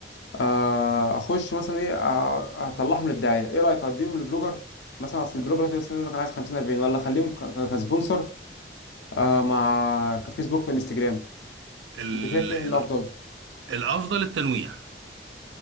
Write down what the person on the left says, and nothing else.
آه، اخش مثلا ايه آه، اطلعهم للدعايه ايه رايك اديهم لبلوجر مثلا اصل البلوجر دلوقتي مثلا يقول لك انا عايز 50 40 ولا اخليهم ك- ك- كسبونسر آه، مع كفيسبوك وانستجرام
انت شايف ايه
الافضل